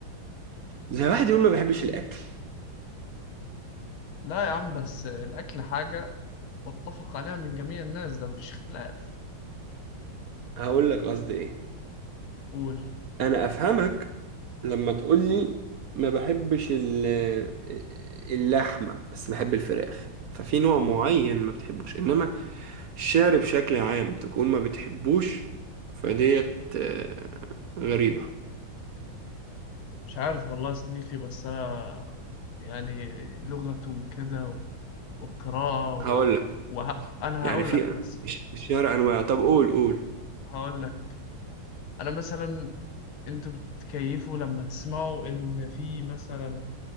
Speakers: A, on the right (about 60°); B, on the left (about 85°).
A: زي واحد يقول ما بحبش الاكل
B: لا يا عم بس الاكل حاجه متفق عليها من جميع الناس ده مفيش اختلاف
A: هقول لك قصدي ايه
B: قول
A: انا افهمك لما تقولي ما بحبش ال- اللحمه بس بحب الفراخ ففي نوع معين ما بتحبوش انما الشعر بشكل عام تكون ما بتحبوش فديت آه، غريبه
B: مش عارف والله يا صديقي بس انا يعني لغته وكده و- والقراءه و...
A: هقول لك
B: وه... انا
A: يعني
B: هقول
A: في
B: لك بس
A: الش- الشعر انواع طب قول قول
B: هقول لك انا مثلا انتوا بتكيفوا لما تسمعوا ان في مثلا